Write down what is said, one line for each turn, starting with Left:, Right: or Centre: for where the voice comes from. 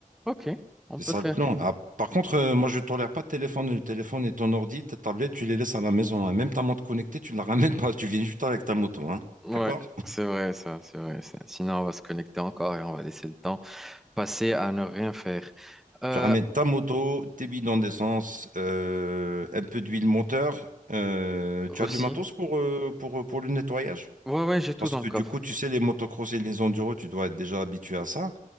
Centre: ok, on
Right: c'est
Centre: peut
Right: ça
Centre: faire.
Right: le plan Ah, par contre euh, moi je tolère pas de téléphone le téléphone et ton ordi ta tablette tu les laisses à la maison hein. Même ta montre connectée tu la ramènes pas tu viens juste avec ta moto hein
Centre: Ouais,
Right: d'accord
Centre: c'est vrai ça, c'est vrai ça. Sinon, on va se connecter encore et on va laisser le temps passer à ne rien faire. Euh,
Right: tu ramènes ta moto tes bidons d'essence euh, un peu d'huile moteur Euh,
Centre: aussi.
Right: tu as du matos pour euh, pour pour le nettoyage
Centre: Ouais, ouais, j'ai tout
Right: parce
Centre: dans
Right: que
Centre: le coffre.
Right: du coup tu sais les motocross et les enduros tu dois être déjà habitué à ça